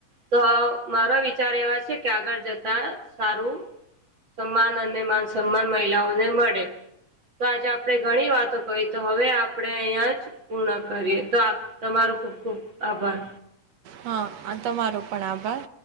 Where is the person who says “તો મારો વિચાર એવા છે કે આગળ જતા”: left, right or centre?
Right